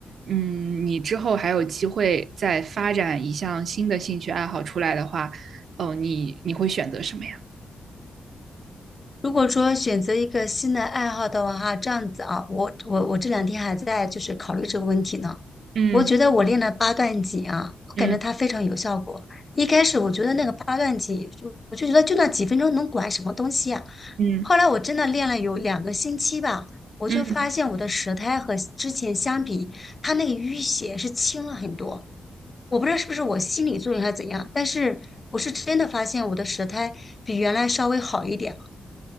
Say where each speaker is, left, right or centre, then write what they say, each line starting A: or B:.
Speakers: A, on the right; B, on the left.
A: 嗯，你之后还有机会再发展一项新的兴趣爱好出来的话，哦，你你会选择什么呀？
B: 如果说选择一个新的爱好的话，哈，这样子啊，我我我这两天还在就是考虑这个问题呢。
A: 嗯
B: 我觉得我练了八段锦啊，我感觉它非常有效果。
A: 嗯
B: 一开始我觉得那个八段锦，就我就觉得就那几分钟能管什么东西啊？
A: 嗯
B: 后来我真的练了有两个星期吧，我就发现我的舌苔和之前相比，
A: 嗯，
B: 它那个淤血是轻了很多。我不知道是不是我心理作用还是怎样，但是我是真的发现我的舌苔比原来稍微好一点。